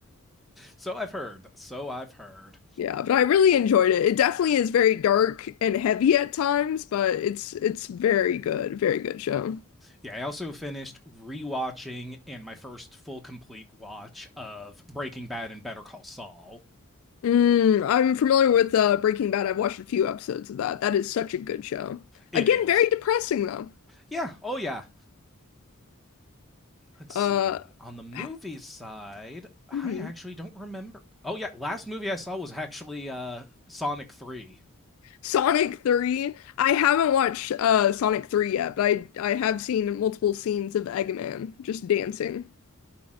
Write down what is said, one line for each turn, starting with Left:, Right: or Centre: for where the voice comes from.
Centre: So I've heard. So I've heard.
Left: Yeah, but I really enjoyed it. It definitely is very dark and heavy at times, but it's it's very good, very good show.
Centre: Yeah, I also finished rewatching and my first full complete watch of Breaking Bad and Better Call Saul.
Left: Mm, I'm familiar with uh, Breaking Bad. I've watched a few episodes of that. That is such a good show.
Centre: It
Left: Again,
Centre: is.
Left: very depressing though.
Centre: Yeah. Oh yeah. Let's see.
Left: Uh,
Centre: On the movie
Left: ha-
Centre: side, I
Left: mhm.
Centre: actually don't remember. Oh yeah, last movie I saw was actually uh Sonic 3.
Left: Sonic 3. I haven't watched uh Sonic 3 yet, but I I have seen multiple scenes of Eggman just dancing.